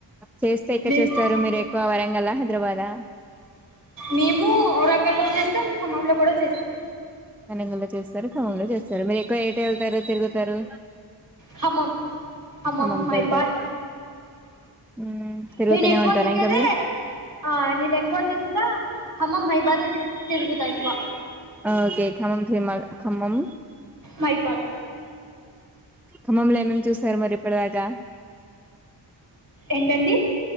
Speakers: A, in the centre; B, on the right.
A: చేస్తే ఎక్కడ
B: మిర్చి
A: చేస్తారు మీరు ఎక్కువ వరంగల్ల్ హైదరాబదా
B: మేము వరంగల్లో చేస్తాం ఖమ్మంలో కూడా చేస్తాం
A: నన గ చేస్తా కమ్మం లో చేస్తారు మీరు ఎక్కువ ఎయిట్ వెళ్తారు తిరుగుతారు
B: కమ్మం హమ్మం
A: ఖమ్మంకి
B: మహిబాద్
A: వెళ్తారు మ్మ్ తిరుగుతూనే
B: నేను ఎక్కువ
A: ఉంటారా
B: తిరిగదే
A: ఇంకా మీరు
B: ఆ నేను ఎక్కువ తిరుగుతా హమ్మం మహిబాదే తిరుగుతా ఎక్కువ
A: ఓకే ఖమ్మం తిరుమ ఖమ్మం
B: మహిబాద్
A: ఖమంలో ఏమే చూసారు మరి పడ గ
B: ఎంటండి